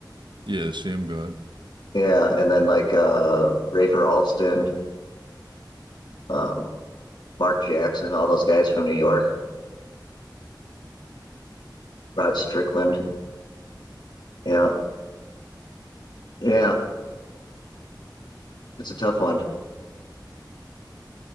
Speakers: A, on the right; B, on the left.
A: Yeah, Sham God.
B: Yeah, and then like uh Rafer Alston, um, Mark Jackson, all those guys from New York, Rod Strickland. Yeah. Yeah, it's a tough one.